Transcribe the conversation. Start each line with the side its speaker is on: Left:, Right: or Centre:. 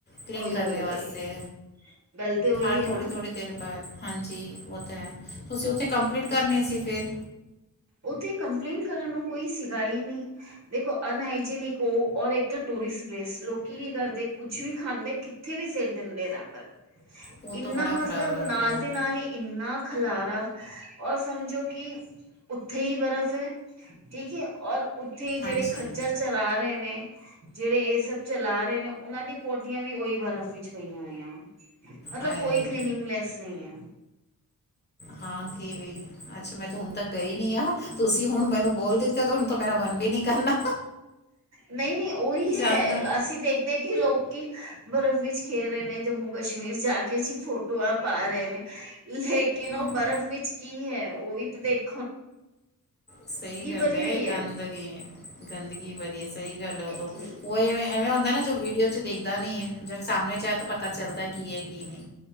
Left: ਕਲੀਨ
Right: ਉਹੀ
Left: ਕਰਨੇ
Right: ਉਹੀ
Left: ਵਾਸਤੇ,
Right: ਉਹੀ ਗੱਲ ਤੇ ਉਹੀ
Left: ਹਰ
Right: ਹੈ
Left: ਥੋੜੀ,
Right: ਨਾ
Left: ਥੋੜੀ ਦੇਰ ਬਾਦ, ਹਾਂਜੀ। ਓ ਤਾ ਐ, ਤੁਸੀ ਓਥੇ ਕੰਪਲੀਟ ਕਰਨੀ ਸੀ ਫੇਰ
Right: ਓਥੇ ਕੰਪਲੇਂਨ ਕਰਨ ਨੂੰ ਕੋਈ ਸੀਗਾ ਨੀ, ਦੇਖੋ ਅਨਹਈਜੀਨਿਕ ਓ ਓਰ ਏਕ ਟੂਰਿਸ ਪਲੇਸ, ਲੋਕੀ ਕੀ ਕਰਦੇ ਕੁਛ ਵੀ ਖਾਂਦੇ ਕਿੱਥੇ ਵੀ ਸਿਟ ਦਿੰਦੇ ਰੈਫਲ
Left: ਉਹ ਤੋਂ
Right: ਇੰਨਾ
Left: ਬੜਾ
Right: ਮਤਲਬ
Left: ਖ਼ਰਾਬ ਹੈ ਉਹ
Right: ਨਾਲ
Left: ਤੋਂ ਹੈ
Right: ਦੇ ਨਾਲ ਈ ਇੰਨਾ ਖਲਾ ਬ ਔਰ ਸਮਝੋ ਕਿ ਉੱਥੇ ਈ ਬਰਫ਼ ਐ, ਠੀਕ ਐ ਔਰ ਉੱਥੇ ਈ
Left: ਹਾਂਜੀ
Right: ਜਿਹੜੇ ਖੱੱਚਰ ਚਲਾ ਰਹੇ ਨੇ, ਜਿਹੜੇ ਇਹ ਸਭ ਚਲਾ ਰਹੇ ਨੇ, ਉਹਨਾਂ ਦੀ ਪੋ ਟੀਆਂ ਵੀ ਉਹੀ ਬਰਫ਼ ਵਿੱਚ ਪਈਆਂ ਹੋਈਆਂ। ਮਤਲਬ
Left: ਆਏ
Right: ਕੋਈ
Left: ਆਏ
Right: ਕਲੀਨਿੰਗ ਲੈਸ ਨਹੀਂ ਐ।
Left: ਹਾਂ ਕੀ ਵੇ, ਅੱਛਾ ਮੈਂ ਤੇ ਹੁਨ ਤੱਕ ਗਈ ਨੀ ਆ, ਤੁਸੀਂ ਹੁਨ ਮੈਨੂੰ ਬੋਲ ਦਿੱਤਾ ਤ ਹੁਨ ਤਾਂ ਮੇਰਾ ਮਨ ਵੀ ਨੀ ਕਰਨਾ।
Right: ਨਈ ਨੀ ਉਹੀ
Left: ਜਾਣ
Right: ਹੈ
Left: ਦਾ
Right: ਅਸੀਂ ਦੇਖ ਦੇਖ ਕਿ ਈ ਲੋਕ ਕਿ, ਬਰਫ਼ ਵਿੱਚ ਖੇ ਰਹੇ ਨੇ ਜੰਮੂ ਕਸ਼ਮੀਰ ਜਾ ਕੇ ਜੀ ਫੋਟੋਆਂ ਪਾ ਰਹੇ ਨੇ। ਲੇਕਿਨ
Left: ਹਾਂਜੀ
Right: ਉਹ ਬਰਫ਼ ਵਿੱਚ ਕੀ ਹੈ ਉਹ ਵੀ ਤੇ ਦੇਖ
Left: ਸਹੀ ਗੱਲ
Right: ਭਰੀ
Left: ਐ।
Right: ਹੋਈ ਹੈ
Left: ਗੰਦਗੀ ਗੰਦਗੀ <unintelligible> ਸਹੀ ਗੱਲ
Right: ਹੈ
Left: ਉਹ ਤੋ,
Right: ਕਿ ਨਹੀਂ
Left: ਉਏ ਐਵ ਐਵੇਂ ਹੁੰਦਾ ਨਾ ਜੋ ਵੀਡੀਓ ਚ ਦੇਖਦਾ ਨਈ ਏ, ਜੋ ਸਾਹਮਣੇ ਜਾਏ ਤਾਂ ਪਤਾ ਚੱਲਦਾ ਕੀ ਐ ਕੀ ਨਹੀਂ।